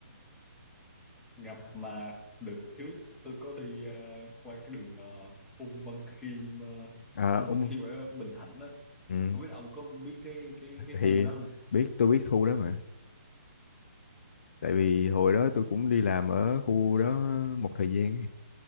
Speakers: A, in the centre; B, on the left.
A: Gặp mà được trước tôi có đi ờ, qua cái đường ờ, Ung Văn Khiêm ờ,
B: à,
A: Ung
B: ông
A: Văn Khiêm ở Bình Thạnh đó
B: ừ.
A: không biết ông có biết cái cái cái
B: thì
A: khu đó không
B: biết tôi biết khu đó mà tại vì hồi đó tôi cũng đi làm ở khu đó một thời gian ấy.